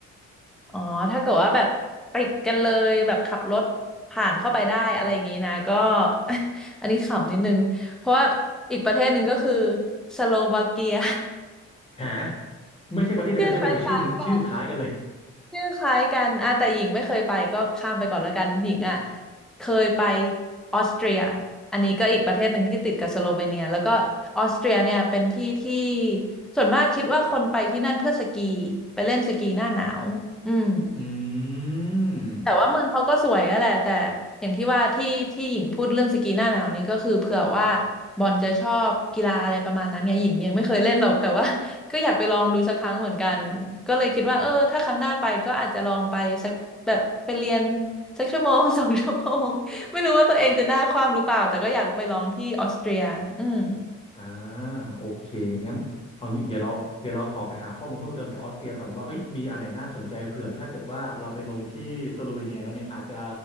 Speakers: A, in the centre; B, on the left.
A: อ๋อถ้าเกิดว่าแบบติดกันเลยแบบขับรถผ่านเข้าไปได้อะไรอย่างงี้นะก็ <laughs> อันนี้ขำนิดนึงเพราะว่าอีกประเทศหนึ่งก็คือสโลวาเกีย
B: หาไม่ใช่ประเทศเดียวกันใช่ไหมแต่ชื่อมันชื่อคล้ายกันเลย
A: <laughs> ชื่อคล้ายๆกัน ชื่อคล้ายกันอ่ะแต่หญิงไม่เคยไปก็ข้ามไปก่อนแล้วกันหญิงอ่ะเคยไปออสเตรียอันนี้ก็อีกประเทศหนึ่งที่ติดกับสโลเวเนียแล้วก็ออสเตรียเนี่ยเป็นที่ที่ส่วนมากคิดว่าคนไปที่นั่นเพื่อสกีไปเล่นสกีหน้าหนาวอืม
B: อืม
A: แต่ว่าเมืองเขาก็สวยอะแหละแต่อย่างที่ว่าที่ที่หญิงพูดเรื่องสกีหน้าหนาวนี้ก็คือเผื่อว่าบอลจะชอบกีฬาอะไรประมาณนั้นไงหญิงยังไม่เคยเล่นหรอกแต่ว่า <laughs> ก็อยากไปลองดูสักครั้งเหมือนกันก็เลยคิดว่าเออถ้าครั้งหน้าไปก็อาจจะลองไปสักแบบไปเรียนสักชั่วโมง <laughs> สองชั่วโมงไม่รู้ว่าตัวเองจะหน้าคว่ำหรือเปล่าแต่ก็อยากไปลองที่ออสเตรียอืม
B: อ่าโอเคงั้นเอางี้เดี๋ยวเราเดี๋ยวเราขอไปหาข้อมูลเพิ่มเติมเกี่ยวกับออสเตรียก่อนว่าเอ้ยมีอันไหนน่าสนใจเผื่อถ้าเกิดว่าเราไปลงที่สโลเวเนียแล้วเนี่ยอาจจะ